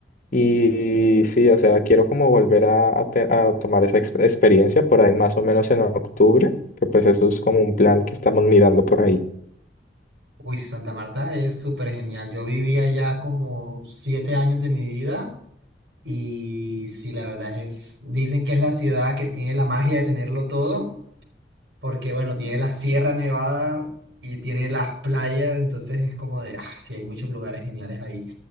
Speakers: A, on the left (about 50°); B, on the right (about 90°).
A: y sí, o sea, quiero como volver a, a te- a tomar esa ex- experiencia por ahí más o menos en octubre, que pues eso es como un plan que estamos mirando por ahí.
B: Uy, sí, Santa Marta es súper genial. Yo viví allá como siete años de mi vida Y sí, la verdad es, dicen que es la ciudad que tiene la magia de tenerlo todo, porque bueno, tiene la Sierra Nevada y tiene las playas, entonces es como de, ah, sí, hay muchos lugares geniales ahí.